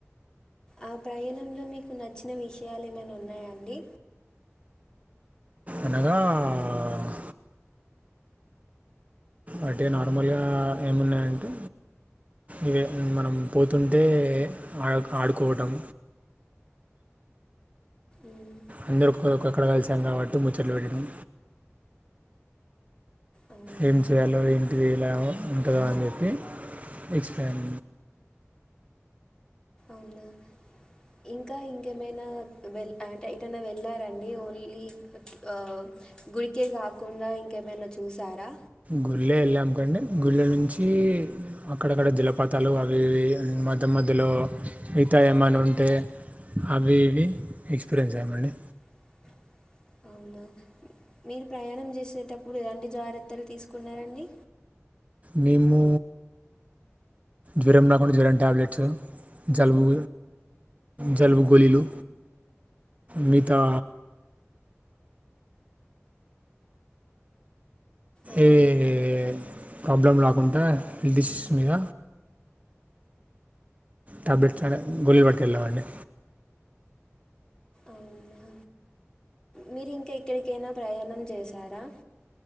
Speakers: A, on the left (about 15°); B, on the right (about 30°).
A: ఆ ప్రయ్ ణంలో మీక్ నచ్చిన విష్ యాలు ఏమన్న ఉన్నాయాండి
B: అనగా అటే నార్ మాల్ గా ఏమున్నాయంటే ఇవి మనం పోతుంటే ఆడ్ ఆడుకోటం
A: ఉమ్,
B: అందరు ఒక్కక్కడ కలిసామ్ గాబట్టి ముచ్చట్లు బెట్టినం
A: అవునా
B: ఏం చేయాలో ఎంటిది ఇలా ఉంటద అన్ జేప్పి ఎక్స్ ప్లైన్
A: ఔనా ఇంకా ఇంకేమైనా వెల్ యంటే ఎట్టనా వెళ్ళారండి ఓన్లీ ఆ గుడికే గాకుండా ఇంకేమైనా చూసారా
B: గుళ్ళె ఏళ్ళామ్ కండే గుళ్ళె నుంచి అక్కడక్కడ జలపాతాలు అవి ఇ మధ్య మధ్యలో మిగ్ తా ఏమన్ నుంటే అవి ఇవి ఎక్స్ పిరన్స్ ఐమండి
A: <inaudible> ఔనా మీరు ప్రయాణం జేసేటప్పుడు ఎలాంటి జారత్తలు తీసుకున్నారండి
B: మేము జరం రాకుండా జరం టాబ్లెట్స్ జలుబు జల్బు గోలీలు మితా
A: అవునా
B: ఏ ఏ ఏ ప్రాబ్లం రాకుండా హెల్త్ ఇష్యూ మీద టాబ్లెట్స్ తేలే గోలీలూ వట్ కెళ్ళావండి
A: ఔనా మీరింక్ ఎక్కడ్ కైనా ప్రయాణం చేశారా